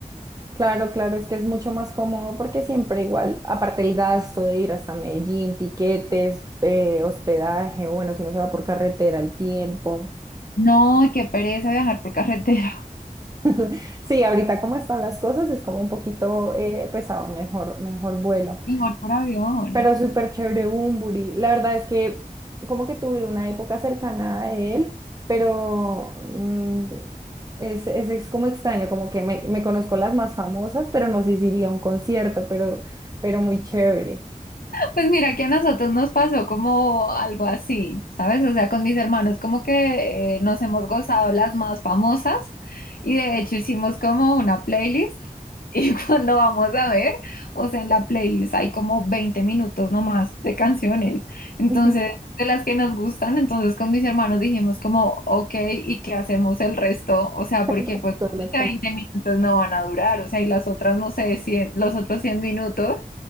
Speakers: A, on the right (about 25°); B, on the left (about 80°).
A: Claro, claro, es que es mucho más cómodo porque siempre igual, aparte el gasto de ir hasta Medellín, tiquetes, eh, hospedaje, bueno, si no se va por carretera, el tiempo.
B: No, qué pereza viajar por carretera,
A: <laughs> Sí, ahorita como están las cosas es como un poquito eh, pesado, mejor, mejor vuelo,
B: <laughs> mejor por avión.
A: pero súper chévere Bumburi. La verdad es que como que tuve una época cercana a él, pero mm, es, es, es como extraño, como que me, me conozco las más famosas, pero no sé si iría a un concierto, pero, pero muy chévere.
B: Pues mira que a nosotros nos pasó como algo así, ¿sabes? O sea, con mis hermanos como que eh, nos hemos gozado las más famosas y de hecho hicimos como una playlist y <laughs> cuando vamos a ver, o sea, en la playlist hay como 20 minutos nomás de canciones, entonces
A: <laughs> Ujú.
B: de las que nos gustan, entonces con mis hermanos dijimos como, ok, ¿y qué hacemos el resto? O sea,
A: El
B: porque
A: resto
B: pues solamente
A: de las can-
B: 20 minutos no van a durar, o sea, y las otras, no sé, 100 los otros 100 minutos.